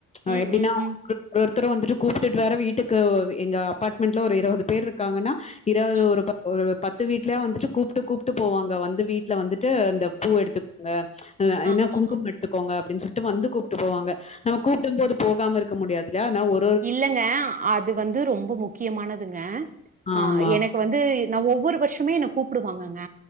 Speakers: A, on the left (about 25°); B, on the right (about 25°).
A: அ
B: ம்
A: எப்பிடினா
B: ம் ம்
A: <unintelligible> த்துரு வந்துட்டு கூப்பிட்டுட்டு வேற வீட்டுக்கு எங்க அபாட்மெண்ட்ல ஒரு இருவது பேர் இருக்காங்கன்னா இரவு
B: ஆ
A: ஒரு ப ஒரு பத்து வீட்ல வந்துட்டு கூப்ட்டு கூப்ட்டு போவாங்க வந்து வீட்ல வந்துட்டு அந்த பூ
B: ஆ
A: எடுத்துக்கங்க அ
B: ஆ
A: என்ன குங்கும்
B: ஆ
A: எடுத்துக்கோங்க அப்பிடின் சொல்ட்டு வந்து கூப்புட்டு போவாங்க நாம்ம கூப்புடு
B: ஆமா
A: போது போகாம இருக்க முடியாதுல்ல ஆனா ஒ
B: இல்லங்க அது வந்து ரொம்ப முக்கியமானதுங்க ஆ
A: ஆமா.
B: எனக்கு வந்து நா ஒவ்வொரு வருஷமே என்ன கூப்புடுவாங்கங்க